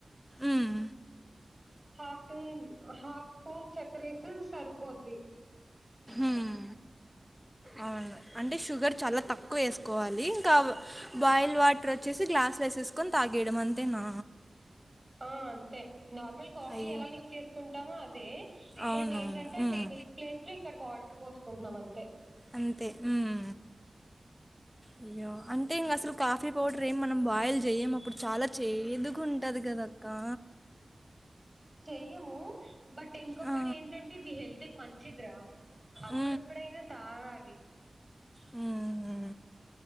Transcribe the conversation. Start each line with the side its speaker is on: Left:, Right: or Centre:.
Centre: ఉమ్,
Right: హాఫ్ టూన్ హాఫ్ స్పూన్ క్రిసిల్ సరిపోద్ది
Centre: ఉమ్, అవును అంటే షుగర్ చాలా తక్కువ వేసుకోవాలి ఇంకా బాయిల్ వాటర్ వచ్చేసి గ్లాస్ వేసేసు కొని తాగేయడం అంతేనా
Right: ఆ అంతే నార్మల్ కాఫీ
Centre: అయ్యో
Right: ఎలా మిక్స్ చేసుకుంటామో అదే
Centre: అవునవును
Right: బట్ ఏంటంటే అక్కడ
Centre: ఉమ్,
Right: మిల్క్ ప్లేస్ లో ఇక్కడ వాటర్ పోసుకుంటున్నాం అంతే
Centre: అంతే హ్మ్ అయ్యో అంటే ఇంక అసలు కాఫీ పౌడర్ ఏం మనం బాయిల్ చేయము అప్పుడు చాలా చేదుగ ఉంటది కదా కా
Right: చెయ్యము బట్ ఇంకొకటి
Centre: ఆ,
Right: ఏంటంటే హెల్త్ కి మంచిదిరా అప్పుడప్పుడైనా
Centre: ఉమ్,
Right: తాగాలి
Centre: హ్మ్ హు